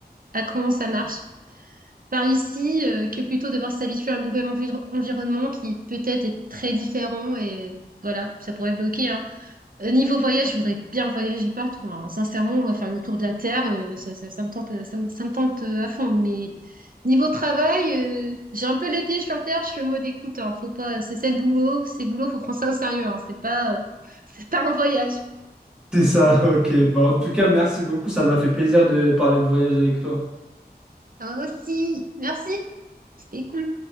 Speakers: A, on the right (about 55°); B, in the centre.
A: à comment ça marche. par ici euh, que plutôt devoir s'habituer à un nouvel enviro- environnement qui peut-être est très différent et voilà, ça pourrait bloquer, hein. Euh, Niveau voyage, je voudrais bien voyager partout, hein. Sincèrement, on va faire le tour de la Terre, euh, ça, ça, ça me tente, euh, ça, me ça me tente euh, à fond. Mais niveau travail, euh, j'ai un peu les pieds sur terre, je suis en mode écoute, hein, faut pas, c'est ça le boulot, c'est le boulot, faut prendre ça au sérieux, hein. C'est pas, euh, <laughs> c'est pas un voyage.
B: C'est ça, <laughs> ok. Bah, en tout cas, merci beaucoup. Ça m'a fait plaisir de parler de voyage avec toi.
A: Ah, aussi, merci, c'était cool.